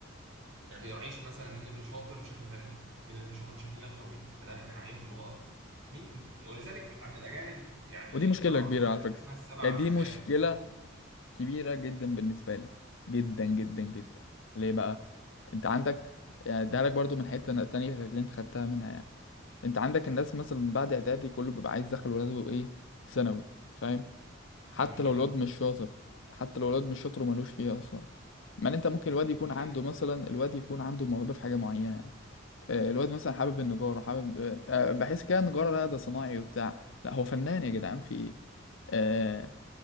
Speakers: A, on the right (about 80°); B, on the left (about 65°).
A: لا بيراعيش مثلا مين اللي شاطر بشكل فني مين اللي شاطر بشكل لغوي فده احنا نعينه في اللغه اكتر مين ولذلك عند الاجانب يعني
B: ودي مشكلة
A: اخترعوا
B: كبيرة
A: نظريه
B: على
A: كده
B: فكرة
A: اسمها السبع
B: يعني
A: ذكاءات
B: دي مشكلة
A: والحوارات دي
B: كبيرة جدا بالنسبة لي جدا جدا جدا ليه بقى انت عندك يعني ده لك برضو من حتة تانية غير اللي انت خدتها منها يعني انت عندك الناس مثلا بعد اعدادي كله بيبقى عايز يدخل ولاده ايه ثانوي فاهم حتى
A: جميل جدا
B: لو الواد مش شاطر حتى لو الواد مش شاطر وملوش فيه اصلا ما انت ممكن الواد
A: الله ينور
B: يكون
A: عليك
B: عنده مثلا الواد يكون عنده موهبه في حاجه معينه آه، الواد مثلا حابب النجاره حابب آه، آه، بحس كده النجاره لا ده صناعي وبتاع لا هو فنان يا جدعان في ايه آه،